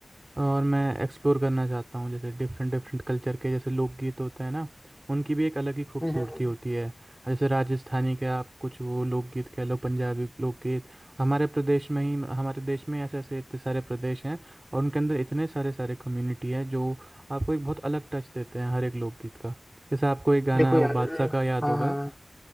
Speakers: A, on the right (about 30°); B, in the centre.
A: और मैं एक्सप्लोर करना चाहता हूँ जैसे डिफरेंट डिफरेंट कल्चर के जैसे लोकगीत होते हैं ना उनकी भी एक अलग ही खूबसूरती
B: हम्म,
A: होती है जैसे राजस्थानी के आप कुछ वो लोकगीत कह लो पंजाबी लोकगीत हमारे प्रदेश में ही हमारे देश में ऐसे ऐसे इतने सारे प्रदेश हैं और उनके अंदर इतने सारे सारे कम्युनिटी हैं जो आपको एक बहुत अलग टच देते हैं हर एक लोकगीत का जैसे आपको एक गाना
B: देखो यार
A: वो बादशाह का याद
B: हाँ
A: होगा
B: हाँ हाँ।